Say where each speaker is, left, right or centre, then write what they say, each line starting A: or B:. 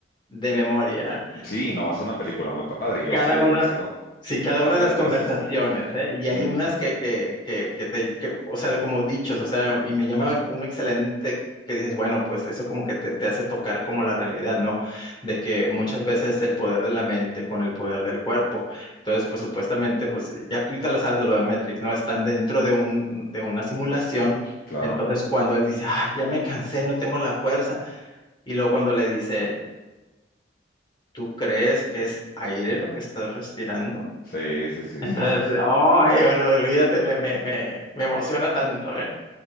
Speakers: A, on the left; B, on the left.
A: de memoria
B: Sí, no, es una película muy padre. Yo
A: cada
B: sí la
A: una,
B: he visto
A: sí, cada
B: varias
A: una de las conversaciones,
B: veces.
A: ¿eh? Y
B: Ujú,
A: hay unas que, que, que, que te, que, o sea, como dichos, o sea, y me llama uno excelente que dices, bueno, pues eso como que te, te hace tocar como la realidad, ¿no? De que muchas veces el poder de la mente con el poder del cuerpo. Entonces, pues supuestamente, pues ya tú te la sabes de lo de Matrix, ¿no? Están dentro de un, de una simulación.
B: claro.
A: Entonces, cuando él dice, ah, ya me cansé, no tengo la fuerza, y luego cuando le dice, ¿Tú crees que es aire lo que estás respirando?
B: Sí, sí, sí,
A: Entonces,
B: sí, sí, sí.
A: ay, ol- olvídate, me, me, me, me emociona tanto, ¿eh?